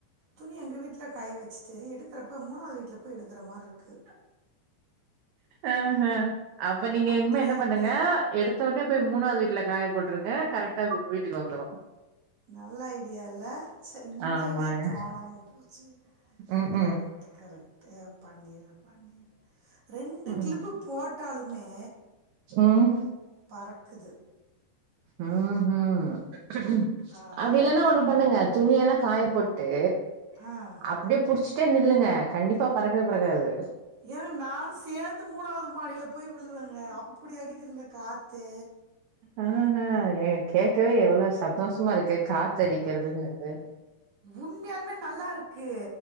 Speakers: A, on the right; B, on the right.
A: துணி எங்க வீட்ல காய வச்சிட்டு எடுக் குறப்ப மூணாவது வீட்ல போய் எடுக்குற மாரி இருக்கு
B: ஆஹா அப்ப நீங்க
A: அப்டி
B: இனிமே என்ன
A: இருக்கு
B: பண்ணுங்க எடுத்த ஒடனே போய் மூணாவது வீட்ல காயப் போட்ருங்க கரெக்டா அது உங்க வீட்டுக்கு வந்துரு
A: நல்ல ஐடியா இல்ல சே இந்த
B: ஆமாங்க.
A: ஐடியா தோணாம போச்சே
B: ம்க்ம்.
A: கரெக்ட் கரெக்ட் பண்ணர்ர பண்ணிர்ர ரெண்டு
B: ம்.
A: கிளிப்பு போட்டாலுமே
B: ம்.
A: பறக்குது
B: ம் ம்
A: ஆ
B: அப்டி இல்லனா ஒண்ணு
A: ஆமா
B: பண்ணுங்க துணியெல்லா காய போட்டு
A: ஆ
B: அப்டியே புடிச்சிட்டே நில்லுங்க கண்டிப்பா பறக்கவே பறக்காது
A: ஏங்க நானு சேந்து மூணாவது மாடியில போய் விழுவங்க அப் அப்புடி அடிக்குதுங்க காத்தூ
B: ஆஹா ஏங்க கேட்கவே எவ்வளோ சந்தோஷமா இருக் து காத்தடிக்கிறதுங்கற்து
A: உண்மையால்மே நல்லாருக்கு